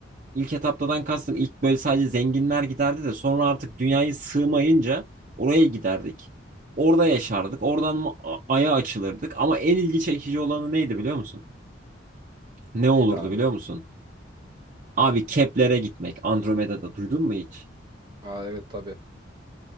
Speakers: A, on the right; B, on the right.
A: İlk etaptadan kastım ilk böyle sadece zenginler giderdi de sonra artık dünyayı sığmayınca oraya giderdik. Orada yaşardık. Oradan ma- Ay'a açılırdık. Ama en ilgi çekici olanı neydi biliyor musun? Ne
B: Neydi
A: olurdu
B: abi?
A: biliyor musun? Abi Kepler'e gitmek Andromeda'da duydun mu hiç?
B: Aa evet tabi.